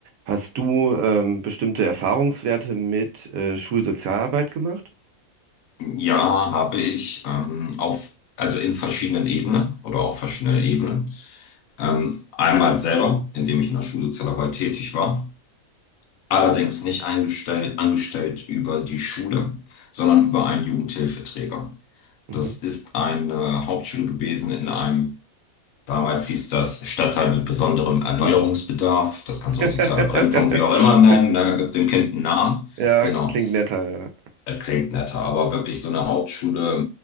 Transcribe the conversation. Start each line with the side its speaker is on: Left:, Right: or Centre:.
Right: Hast du ähm, bestimmte Erfahrungswerte mit äh, Schulsozialarbeit gemacht?
Left: Ja, habe ich ähm, auf, also in verschiedenen Ebenen oder auf verschiedenen Ebenen. Ähm, einmal selber, indem ich in der Schulsozialarbeit tätig war. Allerdings nicht eingestellt, angestellt über die Schule, sondern über einen Jugendhilfeträger.
Right: Mhm.
Left: Das ist eine Hauptschule gewesen in einem, damals hieß das Stadtteil mit besonderem Erneuerungsbedarf.
Right: Mhm.
Left: Das kannst
Right: <laughs>
Left: du auch sozialer Brennpunkt, wie auch immer nennen. Da gibt dem Kind einen Namen.
Right: Ja,
Left: Genau.
Right: klingt netter, ja.
Left: Das klingt netter, aber wirklich so eine Hauptschule,